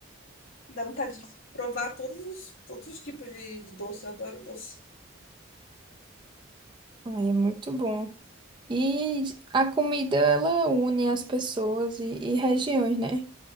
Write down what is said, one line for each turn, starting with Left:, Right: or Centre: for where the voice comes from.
Left: dá vontade de provar todos os, todos os tipos de, de doce, eu adoro doce.
Right: Ai, é muito bom. E a comida, ela une as pessoas e, e regiões, né?